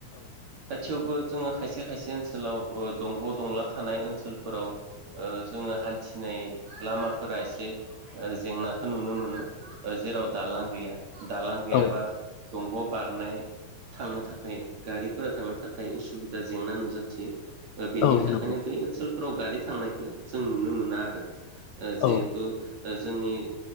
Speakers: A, on the right; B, on the left.
A: दा थेवबो जोङो खायसे खायसे ओनसोलाव ओ दंग' दंला थानाय ओनसोलफोराव ओ जोङो हान्थिनाय लामाफोरा एसे ओ जेंनाखो नुनो मोनो। ओ जेराव दालां गैया दालां गैयाबा
B: औ
A: दंग' बारनाय थांनो थाखाय गारिफोरा थांनो थाखाय उसुबिदा जेंना नुजाथियो। बेनि
B: औ
A: थाखायनो
B: नंगौ
A: बै ओनसोलफोराव गारि थांनायखो जों नुनो मोना आरो। ओ
B: औ
A: जिहेथु ओ जोंनि